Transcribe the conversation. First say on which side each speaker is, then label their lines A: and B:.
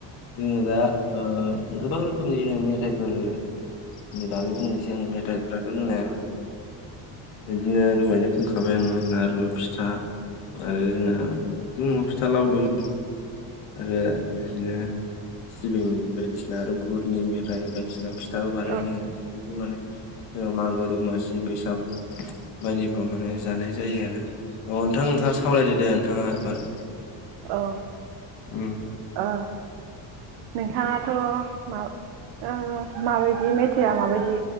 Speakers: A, on the left; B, on the right.
A: जोङो दा ओ गोबां रोखोमनि जोङो मेथाइफोरनि बागै बुंनोसै। जों मेथाइफ्राथ' जोंना बिदिनो दहायनो बुंखाबाय आङो लारु, फिथा आरो जोंहा दङ' फिथा लावदुम। आरो बिदिनो सिबिंनि बायदिसिना आरो गुरनि मेथाइ बायदिसिना फि फोथाबो
B: औ
A: बानायो जोङो बेफोरदि माने जोङो मागो दमासि बैसागु बायदिफ्राव माने जानाय जायो आरो अ नोंथां नोंथाङा सावरायदो दे नोंथाङा एबार
B: औ
A: उम
B: ओ नोंथाङाथ' मा ओ माबायदि मेथाइआ माबायदि